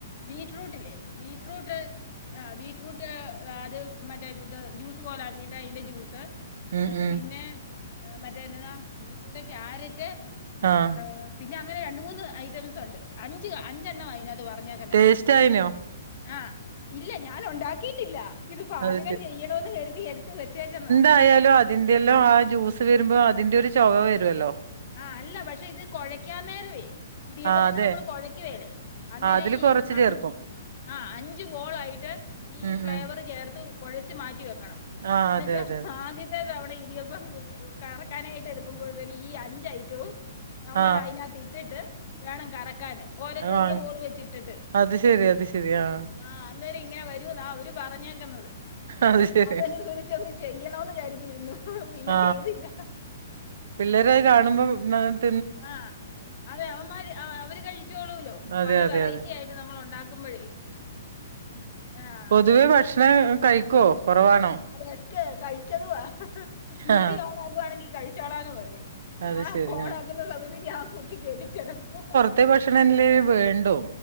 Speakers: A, on the left; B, on the right.
A: ബീറ്റ്റൂട്ടില്ലേ ബീറ്റ്റൂട്ട് ആഹ് ബീറ്റ്റൂട്ട് അത് മറ്റേ ഇത് ജ്യൂസ് പോലെ ആക്കിയിട്ട് അയ്ൻ്റെ ജ്യൂസ്.
B: ഉം
A: ഏഹ്
B: ഉം
A: പിന്നെ മറ്റേ എന്നന്താ ബീറ്റ്റൂട്ട് ക്യാരറ്റ് ഏഹ്
B: ആഹ്.
A: പിന്നെ അങ്ങനെ രണ്ട് മൂന്ന് ഐറ്റംസുണ്ട്. അഞ്ച് അഞ്ചെണ്ണവാ ആയിനാത്ത് പറഞ്ഞേക്കന്നെ.
B: ടേസ്റ്റ് ആയിനോ
A: ആഹ് ഇല്ല ഞാൻ ഉണ്ടാക്കിയിട്ടില്ല. ഇത് പാചകം
B: അത്
A: ചെയ്യണമെന്ന് കരുതി യെടുത്ത് വെച്ചേക്കുന്നതാ.
B: ത്തായാലോ അ തിന്റെയല്ലാം ആ ജ്യൂസ് വരുമ്പോ അതിന്റെ ഒരു ചൊവ വരുവല്ലോ.
A: ആഹ് അല്ല പക്ഷെ ഇത് കൊഴയ്ക്കാൻ നേരവേ ഇടിയപ്പത്തിന്
B: ആഹ് അതെ
A: നമ്മൾ കൊഴയ്ക്കുവേലേ. അന്നേരം
B: അതില്
A: ഈ
B: കൊറച്ച്
A: അൻ
B: ചേർക്കും
A: ആഹ് അഞ്ചു ബോളായിട്ട് ഈ
B: ഉം
A: ഫ്ലേവർ
B: ഉം
A: ചേർത്ത് കൊഴച്ച് മാറ്റി വെക്കണം.
B: ആ
A: എന്നിട്ട്
B: അതെ അതെ.
A: ആദ്യ ത്തെതവണ ഇടിയപ്പം കു കറക്കാനായിട്ട് എടുക്കുമ്പോഴത്തിന് ഈ അഞ്ചയിറ്റവും നമ്മള്
B: ആ
A: അയിനാത്ത് ഇട്ടിട്ട് വേണം കറക്കാന്. ഓരോ
B: അത്
A: ചെറിയ
B: വാങ്ങ്
A: ബോള് വെച്ചിട്ടിട്ട്.
B: അത് ശരി അത് ശരി. ആ
A: ആഹ് അന്നേരം ഇങ്ങനെ വരൂന്നാ അവര് പറഞ്ഞേക്ക്ന്നത്.
B: അത് ശരി.
A: അതനുസരിച്ചൊന്ന് ചെയ്യണൊന്ന് കരുതിയിരുന്നു പിന്നെ
B: ആ
A: ചെയ്തില്ല.
B: പിള്ളേരത്
A: ആഹ്
B: കാണുമ്പം ണ്
A: ആഹ് അതെ അവന്മാര് ആ അവര് കഴിച്ചോളൂല്ലോ.
B: അതെ
A: പല
B: അതെ
A: വെറൈറ്റി
B: അതെ.
A: ആയിട്ട് നമ്മൾ ഉണ്ടാക്കുമ്പോഴേ. ആഹ്
B: പൊതുവെ ഭക്ഷണം കഴി ക്കോ കൊറവാണ്
A: ആഹ് ബെസ്റ്റ് കഴിച്ചതുവാ. ടി
B: ആ
A: വി ഓൺ ആകാണെങ്കി കഴിച്ചോളാന്ന് പറയും
B: അത്
A: ആ
B: ശരി.
A: ഓണാക്കുന്ന സമയത്ത് ഞാൻ കുത്തി കേറ്റി ചെലപ്പോ
B: ത്തെ ഭക്ഷണല്ലേ വേണ്ടു